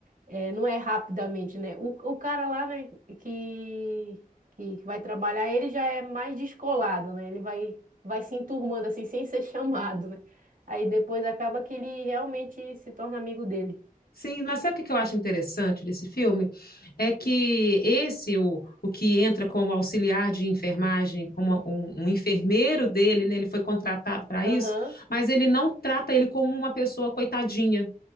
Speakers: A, on the right; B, on the left.
A: É, não é rapidamente, né? O, o cara lá, né, que, que, que vai trabalhar, ele já é mais descolado, né? Ele vai, vai se enturmando assim, sem ser <laughs> chamado, né? Aí depois acaba que ele realmente se torna amigo dele.
B: Sim, mas sabe o que que eu acho interessante desse filme? É que esse, o, o que entra como auxiliar de enfermagem, como um, um enfermeiro dele, né? Ele foi contratado para
A: Aham,
B: isso, mas ele não trata ele como uma pessoa coitadinha.